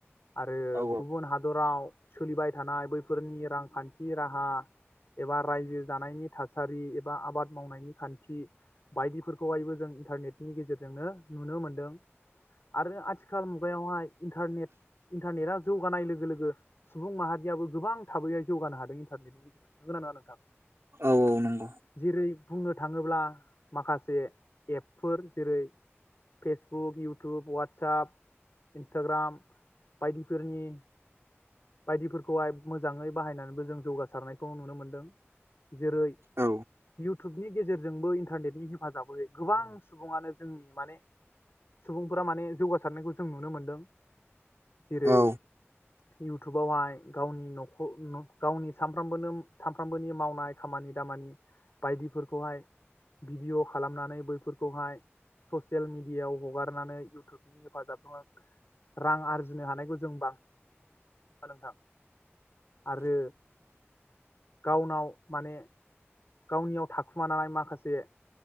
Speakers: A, on the left; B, on the right.
A: आरो
B: औ
A: गुबुन हादराव सोलिबाय थानाय बैफोरनि रां खान्थि राहा एबा रायजो जानायनि थासारि एबा आबाद मावनायनि खान्थि बायदिफोरखौहायबो जों इन्टारनेटनि गेजेरजोंनो नुनो मोनदों। आरो आथिखाल मुगायावहाय इन्टारनेट इन्टारनेटा जौगानाय लोगो लोगो सुबुं माहारियाबो गोबां थाबैयै जौगानो हादों इन्टारनेटनि गेजेराव नंगो ना नङा नोंथां
B: औ नंगौ
A: जेरै बुंनो थाङोब्ला माखासे एपफोर जेरै फेसबुक इउटुब वाटसप इन्सटाग्राम बायदिफोरनि बायदिफोरखौहाय मोजाङै बाहायनानैबो जों जौगासारनायखौ नुनो मोनदों जेरै
B: औ
A: इउ टुबनि गेजेरजोंबो इन्टारनेटनि हेफाजाबै गोबां सुबुङानो जोंनि माने सुबुंफोरा माने जौगासारनायखौ जों नुनो मोनदों जेरै
B: औ
A: इउटुबावहाय गावनि नख गावनि सानफ्रामबो सानफ्रामबोनि मावनाय खामानि दामानि बायदिफोरखौहाय भिडिअ खालामनानै बैफोरखौहाय ससियेल मेडियायाव हगारनानै इउटुबनि हेफाजाबखौ रां आरजिनो हानायखौ जों बांसिना नोंथां आरो गावनाव माने गावनियाव थाखुमानाय माखासे